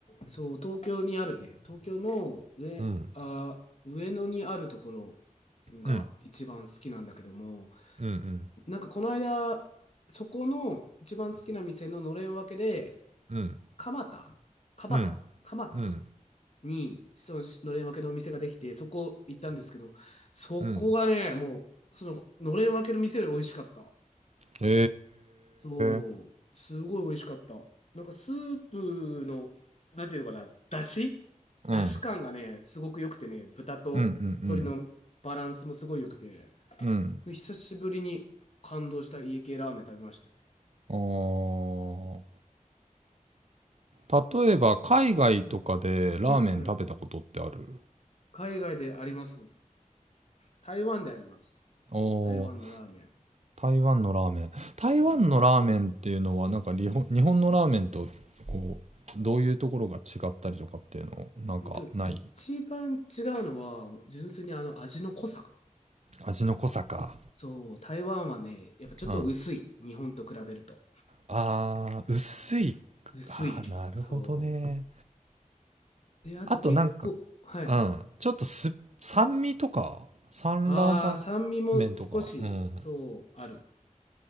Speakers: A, on the left; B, on the right.
A: そう、東京にあるね、東京の上、
B: ー。うん。
A: あー、上野にあるところが一番好きなんだけども、
B: うん。うん
A: なんかこの間、そこの一番好きな店ののれん分けで、
B: うん。うん。
A: 蒲田、蒲田、
B: うん。
A: 蒲田
B: うん。
A: に、そののれん分けのお店ができて、そこ行ったんですけど、そこがね、
B: うん。
A: もう、そののれん分けの店より美味しかった。
B: え
A: そう、
B: ー。
A: すごい美味しかった。なんかスープの、なんていうのかな、だし
B: うん。
A: だし感がね、すごく良くてね、豚と鶏のバランスもすごい良くて、
B: うんうんうん。
A: 久しぶりに感動した家系ラーメン食べましたね。
B: うん。ああ。例えば、海外とかでラーメン食べたことってある
A: うん、うん、うん。海外であります。台湾であります。
B: おお
A: 台湾のラーメン。
B: ー。台湾のラーメン。台湾のラーメンっていうのは、
A: はい。
B: なんか日本、日本のラーメンと、こう、どういうところが違ったりとかっていうの、なんかない
A: ほんと、一番違うのは、もう純粋にあの味の濃さ。
B: 味の濃さか。
A: そう、台湾はね、やっぱちょっと薄い。
B: うん。あ
A: 日本と比べると。
B: あ、薄い。
A: 薄い。
B: ああ、なるほどね。
A: そう。で、あと結構、
B: あとなんか、
A: はい。
B: うん。ちょっとす、酸味とか、酸辣湯
A: ああ、酸味も少し、
B: 麺とか、うん。
A: そう、ある